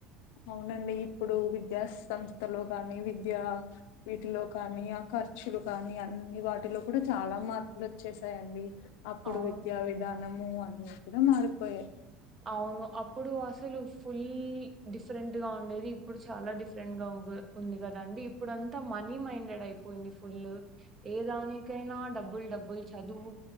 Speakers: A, on the left; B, on the right.
A: అవునండి ఇప్పుడు విద్యా సంస్థలో కానీ విద్యా వీట్లో కానీ అక్క ఖర్చులు కానీ అన్ని వాటిలో కూడ చాలా మార్పులు ఓచ్చేసాయండి. అప్పుడు
B: అవును
A: విద్యా విధానము అన్నీ కూడ మారిపోయాయి.
B: అవును అప్పుడు అసలు ఫుల్ డిఫరెంట్ గా ఉండేది. ఇప్పుడు చ చాలా డిఫరెంట్గా వు ఉంది కదండి ఇప్పుడంతా మనీ మైండెడ్ అయిపోయింది ఫుల్ ఏ దానికైనా డబ్బుల్ డబ్బుల్ చదువు